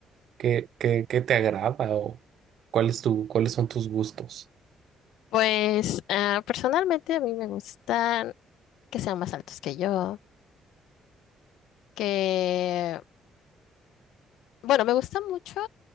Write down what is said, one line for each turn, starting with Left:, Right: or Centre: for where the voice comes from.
Right: qué, qué, qué te agrada o cuál es tu, cuáles son tus gustos?
Left: Pues ah, personalmente a mí me gustan que sean más altos que yo, que, bueno, me gusta mucho